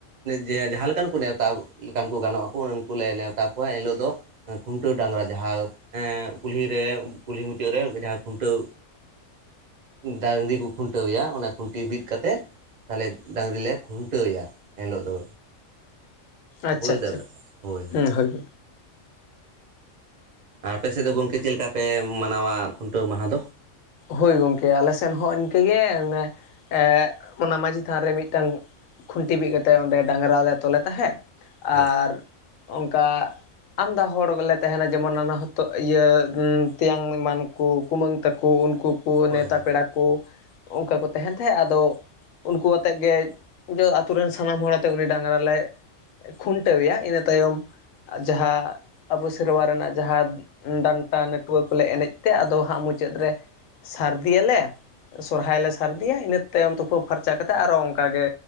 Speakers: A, on the right; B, on the left.
A: ᱡᱮ ᱡᱟᱦᱟᱸ ᱞᱮᱠᱟᱱ ᱠᱚ ᱱᱮᱣᱛᱟ ᱞᱮᱠᱟᱱ ᱠᱚ ᱜᱟᱱᱚᱜᱼᱟ ᱩᱱᱠᱩᱞᱮ ᱱᱮᱣᱛᱟ ᱠᱚᱣᱟ ᱮᱱᱦᱤᱞᱳᱜ ᱫᱚ᱾ ᱠᱷᱩᱱᱴᱟᱹᱣ ᱰᱟᱝᱨᱟ ᱡᱟᱦᱟᱸ ᱮᱸ ᱠᱩᱞᱦᱤᱨ ᱨᱮ ᱠᱩᱞᱦᱤ ᱢᱩᱪᱟᱹᱫ ᱨᱮ ᱡᱟᱦᱟᱸ ᱠᱷᱩᱱᱴᱟᱹᱣ ᱰᱟᱹᱝᱨᱤ ᱠᱚ ᱠᱷᱩᱱᱴᱟᱹᱣ ᱮᱭᱟ ᱚᱱᱟ ᱠᱷᱩᱱᱴᱤ ᱵᱤᱫ ᱠᱟᱛᱮᱜ᱾ ᱛᱟᱦᱞᱮ ᱰᱟᱝᱨᱤᱞ ᱞᱮ ᱠᱷᱩᱱᱴᱟᱹᱣᱭᱟ ᱮᱱᱦᱤᱞᱳᱜ ᱫᱚ᱾
B: ᱟᱪᱪᱷᱟ
A: ᱵᱳᱭ
B: ᱟᱪᱪᱷᱟ
A: ᱫᱟᱵᱮ ᱦᱳᱭ ᱦᱳᱭ
B: ᱦᱮᱸ ᱜᱚᱢᱠᱮ᱾
A: ᱟᱨ ᱟᱯᱮ ᱥᱮᱫ ᱫᱚ ᱜᱚᱢᱠᱮ ᱪᱮᱫ ᱞᱮᱠᱟ ᱯᱮ ᱢᱟᱱᱟᱣᱟ ᱠᱷᱩᱱᱴᱟᱹᱣ ᱢᱟᱦᱟ ᱫᱚ?
B: ᱦᱳᱭ ᱜᱚᱝᱠᱮ ᱟᱞᱮ ᱥᱮᱱ ᱦᱚᱸ ᱤᱱᱠᱟᱹᱜᱮ ᱚᱱᱮ ᱮ ᱚᱱᱟ ᱢᱟᱺᱡᱷᱤ ᱛᱷᱟᱱ ᱨᱮ ᱢᱤᱫᱴᱟᱝ ᱠᱷᱩᱱᱴᱤ ᱵᱤᱫ ᱠᱟᱛᱮᱫ ᱚᱸᱰᱮ ᱰᱟᱝᱨᱟ ᱞᱮ ᱛᱚᱞᱮᱫ ᱛᱟᱦᱮᱸᱫ
A: ᱟᱪᱪᱷᱟ
B: ᱟᱨ ᱚᱱᱠᱟ ᱟᱢᱫᱟ ᱦᱚᱲ ᱜᱮᱞᱮ ᱛᱟᱦᱮᱱᱟ ᱡᱮᱢᱚᱱ ᱱᱟᱱᱟ ᱦᱚᱛᱚ ᱤᱭᱟᱹ ᱛᱮᱭᱟᱝ ᱮᱢᱟᱱ ᱠᱚ ᱠᱩᱢᱟᱹᱝ ᱛᱟᱠᱚ᱾ ᱠᱚ ᱩᱱᱠᱩ ᱠᱚ
A: ᱦᱳᱭ
B: ᱱᱮᱶᱛᱟ
A: ᱦᱳᱭ
B: ᱯᱮᱲᱟ ᱠᱚ ᱚᱱᱠᱟ ᱠᱚ ᱛᱟᱦᱮᱱ ᱛᱟᱦᱮᱸᱫ ᱟᱫᱚ ᱩᱱᱠᱩ ᱟᱛᱮᱜ ᱜᱮ ᱟᱹᱛᱩ ᱨᱮᱱ ᱥᱟᱱᱟᱢ ᱦᱚᱲ ᱟᱛᱮ ᱩᱱᱤ ᱰᱟᱝᱨᱟ ᱞᱮ ᱠᱷᱩᱱᱴᱟᱹᱣ ᱮᱭᱟ ᱤᱱᱟᱹ ᱛᱟᱭᱚᱢ ᱡᱟᱦᱟᱸ ᱟᱵᱚ ᱥᱮᱨᱣᱟ ᱨᱮᱱᱟᱜ ᱡᱟᱦᱟᱸ ᱰᱟᱱᱴᱟ ᱱᱟᱹᱴᱣᱟᱹ ᱠᱚᱞᱮ ᱮᱱᱮᱡ ᱛᱮ ᱟᱫᱚ ᱦᱟᱸᱜ ᱢᱩᱪᱟᱹᱫ ᱨᱮ ᱥᱟᱨᱫᱤᱭᱟᱞᱮ ᱥᱚᱦᱭ ᱞᱮ ᱥᱟᱨᱫᱤᱭᱟ ᱤᱱᱟᱹ ᱛᱟᱭᱚᱢ ᱛᱩᱯᱩ ᱯᱷᱟᱨᱪᱟ ᱠᱟᱛᱮᱫ ᱟᱨᱚ ᱚᱱᱠᱟᱜᱮ